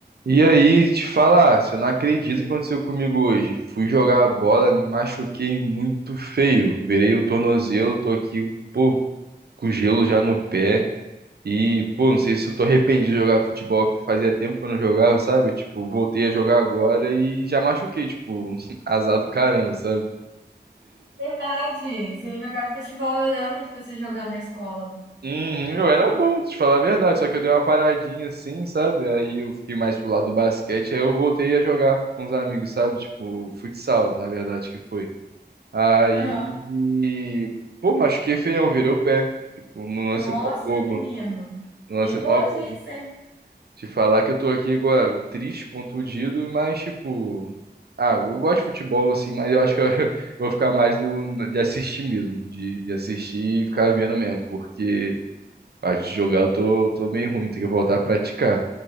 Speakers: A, on the right; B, on the right.
A: E aí, te falar, você não acredita o que aconteceu comigo hoje. Fui jogar a bola, me machuquei muito feio. Virei o tornozelo, tô aqui, pô, com gelo já no pé. E, pô, não sei se eu tô arrependido de jogar futebol, que fazia tempo que eu não jogava, sabe? Tipo, voltei a jogar agora e já machuquei, tipo, <laughs> azar do caramba, sabe?
B: Verdade, você jogava futebol, eu lembro de você jogando na escola.
A: Uhum, eu era bom, te falar a verdade, só que eu dei uma paradinha assim, sabe? Aí eu fiquei mais pro lado do basquete, aí eu voltei a jogar com os amigos, sabe? Tipo, futsal, na verdade, que foi. Aí,
B: Aham.
A: pô, machuquei feião, virei o pé. Tipo, no lance
B: Nossa,
A: mó bobo,
B: menino.
A: no
B: Perigoso
A: lance mó bobo.
B: isso, hein?
A: Te falar que eu tô aqui agora triste, contundido, mas tipo... Ah, eu gosto de futebol, assim, mas eu acho que eu, <laughs> eu vou ficar mais do, de assistir mesmo, de, de assistir e ficar vendo mesmo, porque... Parte de jogar eu tô, tô meio ruim, tem que voltar a praticar.